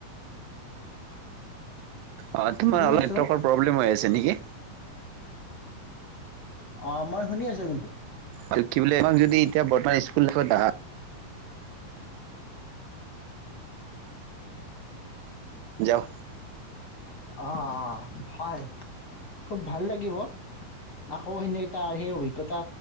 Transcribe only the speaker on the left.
শুনি
আছো
অ মই শুনি আছো কিন্তু
অ অ হয় খুব ভাল লাগিব আকৌ সেনে এটা সেই অভিজ্ঞতা